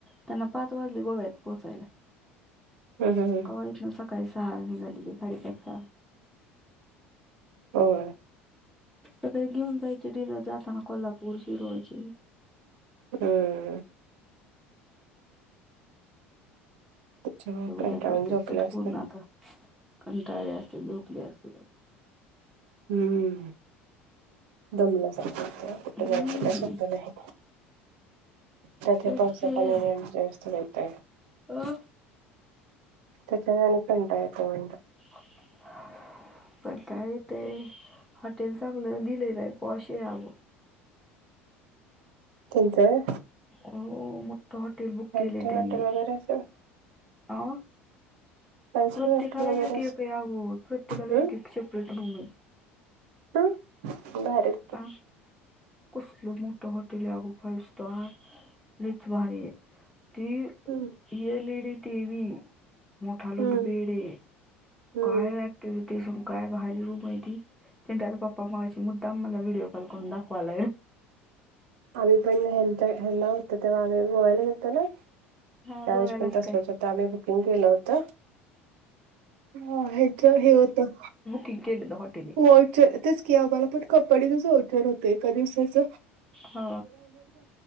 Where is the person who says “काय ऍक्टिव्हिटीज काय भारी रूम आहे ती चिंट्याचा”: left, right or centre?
Centre